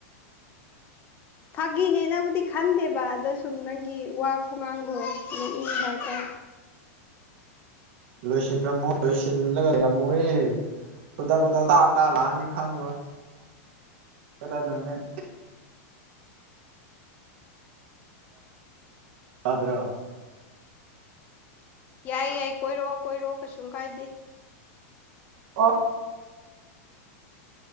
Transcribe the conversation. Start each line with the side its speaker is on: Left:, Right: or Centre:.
Left: ꯐꯥꯒꯤꯅꯦꯅꯕꯨꯗꯤ ꯈꯟꯗꯦꯕ ꯑꯗ ꯁꯨꯝ ꯅꯪꯒꯤ ꯋꯥ ꯈꯨꯉꯥꯡꯗꯣꯗꯣ ꯅꯣꯛꯅꯤꯡꯕ ꯍꯥꯏꯇꯥꯔꯦ
Right: ꯂꯣꯏꯁꯤꯟꯂꯝꯃꯣ ꯂꯣꯏꯁꯤꯂꯒ ꯂꯩꯔꯝꯃꯣ ꯍꯣꯏꯌꯦ ꯈꯨꯗꯛ ꯈꯨꯗꯛ ꯇ ꯇ ꯂꯥꯛꯑꯅꯤ ꯈꯪꯕ ꯀꯗ <unintelligible> ꯇꯥꯗ꯭ꯔꯣ
Left: ꯌꯥꯏ ꯌꯥꯏ ꯀꯣꯏꯔꯛꯑꯣ ꯀꯣꯏꯔꯛꯑꯣ ꯀꯩꯁꯨ ꯀꯥꯏꯗꯦ
Right: ꯑꯣ